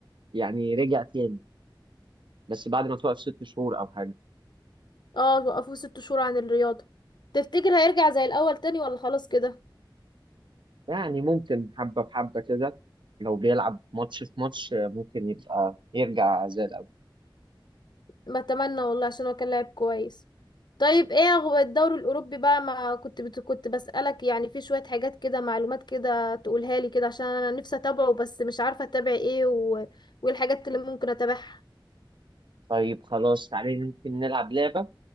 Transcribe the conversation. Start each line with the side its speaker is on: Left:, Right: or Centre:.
Right: يعني رجع تاني بس بعد ما توقف ست شهور أو حاجة
Left: اه وقفوه ست شهور عن الرياضة تفتكر هيرجع زي الأول تاني ولا خلاص كده
Right: يعني ممكن حبة بحبة كده لو بيلعب ماتش في ماتش ممكن يبقى يرجع زي الأول
Left: ما اتمنى والله عشان هو كان لاعب كويس طيب ايه هو الدوري الأوروبي بقى ما كنت بت... كنت بسألك يعني في شوية حاجات كده معلومات كده تقولها لي كده عشان أنا نفسي أتابعه بس مش عارفة أتابع ايه و... وايه الحاجات اللي ممكن أتابعها
Right: طيب خلاص تعالي ممكن نلعب لعبة